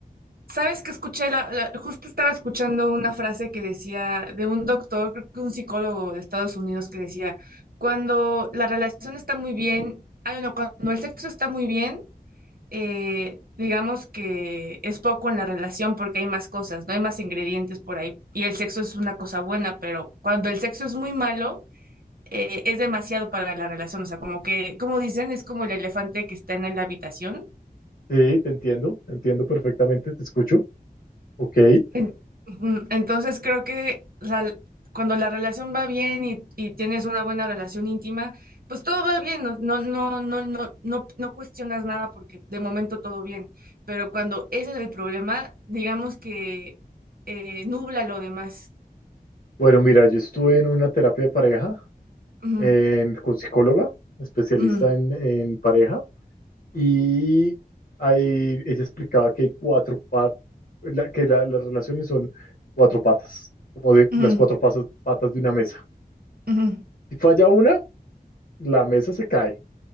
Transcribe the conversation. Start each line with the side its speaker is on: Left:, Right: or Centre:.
Right: ¿Sabes que escuché? La, la- justo estaba escuchando una frase que decía de un doctor, creo que un psicólogo de Estados Unidos, que decía, cuando la relación está muy bien, ah, no, cuando el sexo está muy bien, eh, digamos que es poco en la relación porque hay más cosas, no hay más ingredientes por ahí. Y el sexo es una cosa buena, pero cuando el sexo es muy malo, eh, es demasiado para la relación. O sea, como que, como dicen, es como el elefante que está en la habitación
Left: Sí, te entiendo, te entiendo perfectamente, te escucho, ok.
Right: En- ujú, Entonces creo que la- cuando la relación va bien y, y tienes una buena relación íntima, pues todo va bien, no, no, no, no, no, no, no cuestionas nada porque de momento todo bien. Pero cuando ese es el problema, digamos que eh, nubla lo demás.
Left: Bueno, mira, yo estuve en una terapia de pareja
Right: Ujú,
Left: en- con psicóloga, especialista
Right: ujú,
Left: en en pareja. Y ahí ella explicaba que hay cuatro partes, que la- las relaciones son cuatro patas, como de
Right: ujú,
Left: las cuatro pasas- patas de una mesa.
Right: ujú,
Left: Si falla una, la mesa se cae,